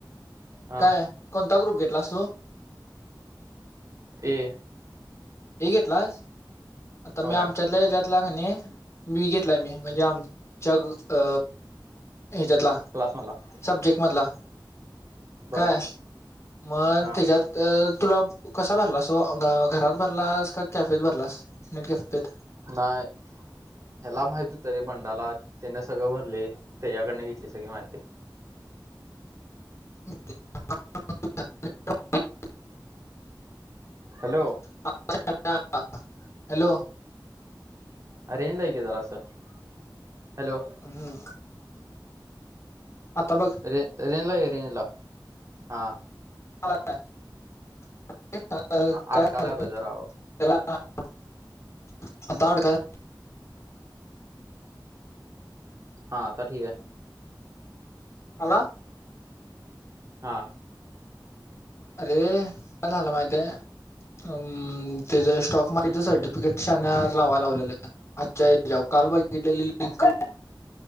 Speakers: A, on the right (about 45°); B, on the left (about 35°).
A: हा
B: काय कोणता ग्रुप घेतलास तू.
A: ए
B: ए घेतलास आता
A: होय
B: मी आमच्यातल्या याच्यात घेतला का नाही मी घेत म्हणजे आमच्या अ हच्यातला.
A: क्लास मधला.
B: सबजेक्ट मधला. काय
A: बर
B: मग
A: हा
B: त्याच्यात तर तुला कसा भरलास तो घरात भरलास का कॅफेत भरलास नेट कॅफेत
A: नाही. ह्याला माहिती होत रे बंडाला त्याने सगळं भरले त्याच्या कडन घेतली सगळी माहिती.
B: <unintelligible>
A: हॅलो.
B: <unintelligible> हॅलो.
A: अ रेंज ला येकी जरास हॅलो.
B: हम्म आता बघ.
A: रे-रेनला ये रेनला हां.
B: <unintelligible>
A: हा
B: काय
A: अडका लागज राव.
B: <unintelligible> आता आड काय
A: हा आता ठीक आहे.
B: आला?
A: हा.
B: अरे काय झालं माहित आहे अम त्याचा स्टॉक मार्केटसाठी
A: हम्म,
B: <unintelligible> लावायला लावलेलं आजच्या जाव काल बघितलेली लिंक <unintelligible>